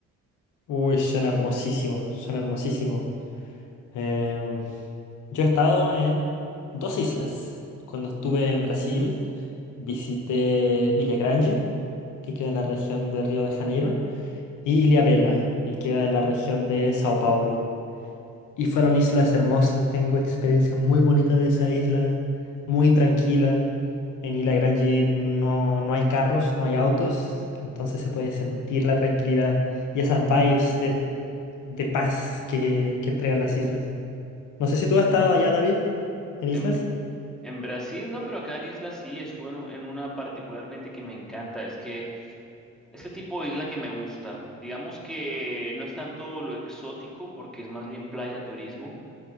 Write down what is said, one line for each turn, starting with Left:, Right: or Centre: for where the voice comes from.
Left: Uy, suena hermosísimo, suena hermosísimo. Em, yo he estado en dos islas. Cuando estuve en Brasil, visité Ilha Grande, que queda en la región de Río de Janeiro. y Ilhabela, y queda en la región de Sao Paulo. Y fueron islas hermosas, tengo experiencias muy bonitas de esa isla, muy tranquila. En Ilha Grande no, no hay carros, no hay autos, entonces se puede sentir la tranquilidad y esas vibes de, de paz que, que entregan las islas. No sé si tú has estado allá, David, en islas.
Centre: En, en Brasil no, pero acá en isla sí, estuve en, u- en una particularmente que me encanta. Es que es el tipo de isla que me gusta. Digamos que no es tanto lo exótico porque es más bien playa turismo,